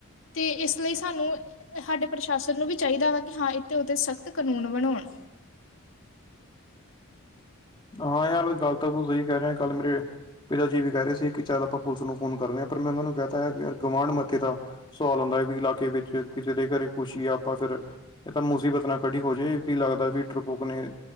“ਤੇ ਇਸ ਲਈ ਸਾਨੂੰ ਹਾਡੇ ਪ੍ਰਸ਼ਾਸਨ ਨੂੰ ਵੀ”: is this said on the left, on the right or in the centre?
Left